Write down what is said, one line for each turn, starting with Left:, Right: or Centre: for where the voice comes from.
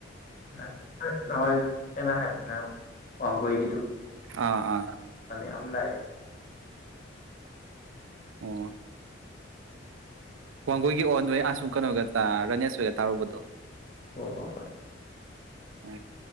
Left: <unintelligible> ꯑꯩꯅ ꯍꯥꯏꯕꯗꯣ ꯋꯥꯡꯒꯣꯏꯒꯤꯗꯣ
Right: ꯑꯥ ꯑꯥ
Left: ꯑꯅꯤ ꯌꯥꯝ ꯂꯛꯑꯦ
Right: ꯑꯣ ꯋꯥꯡꯒꯣꯏꯒꯤ ꯑꯣꯟꯗꯣꯏ ꯑꯁꯨꯝ ꯀꯩꯅꯣꯒ ꯔꯥꯅꯦꯁ ꯍꯣꯏꯒ ꯇꯥꯔꯨꯕꯗꯣ
Left: ꯍꯣ ꯍꯣ ꯍꯣꯏ
Right: ꯎ